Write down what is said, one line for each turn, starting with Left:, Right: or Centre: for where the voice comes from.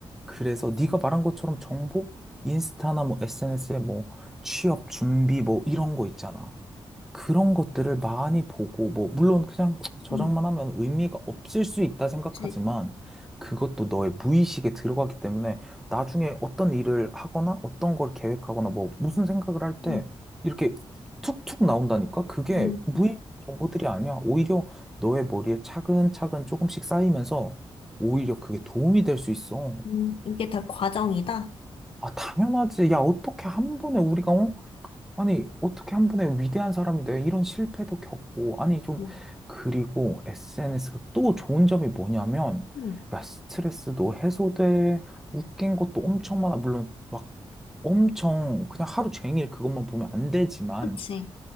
Centre: 그래서 네가 말한 것처럼 정보? 인스타나 뭐 SNS에 뭐 취업 준비 뭐 이런 거 있잖아. 그런 것들을 많이 보고, 뭐, 물론 그냥 저장만
Left: 응
Centre: 하면 의미가 없을 수 있다 생각하지만,
Left: 그치?
Centre: 그것도 너의 무의식에 들어가기 때문에, 나중에 어떤 일을 하거나, 어떤 걸 계획하거나, 뭐, 무슨 생각을 할 때,
Left: 음,
Centre: 이렇게 툭툭 나온다니까? 그게
Left: 음,
Centre: 무의식 정보들이 아니야. 오히려 너의 머리에 차근차근 조금씩 쌓이면서, 오히려 그게 도움이 될 수 있어.
Left: 음. 이게 다 과정이다.
Centre: 아, 당연하지. 야, 어떻게 한 번에 우리가, 어? 아니, 어떻게 한 번에 위대한 사람인데 이런 실패도 겪고, 아니, 좀,
Left: 응.
Centre: 그리고 SNS가 또 좋은 점이 뭐냐면,
Left: 음,
Centre: 야, 스트레스도 해소돼, 웃긴 것도 엄청 많아. 물론, 막 엄청, 그냥 하루 종일 그것만 보면 안 되지만,
Left: 그치?